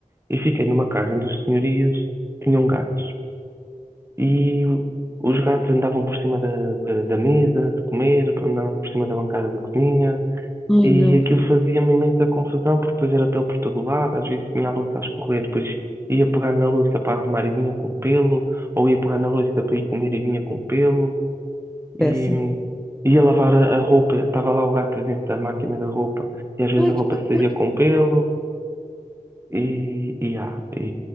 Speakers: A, on the right; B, in the centre.
A: e fiquei numa casa onde os senhorios tinham gatos. E os gatos andavam por cima da, da, da mesa de comer, andavam por cima da bancada da cozinha,
B: Ai,
A: e
B: não,
A: aquilo fazia-me imensa confusão, porque depois era pelo por todo lado, às vezes tinha a louça a escorrer, depois ia pegar na louça para arrumar e vinha com pelo, ou ia pegar na louça para ir comer e vinha com pelo,
B: péssimo.
A: e hum, ia lavar a, a roupa, estava lá o gato dentro da máquina da roupa, e às vezes
B: Ai,
A: a roupa
B: que horror.
A: saía com pelo, e, e, ah, e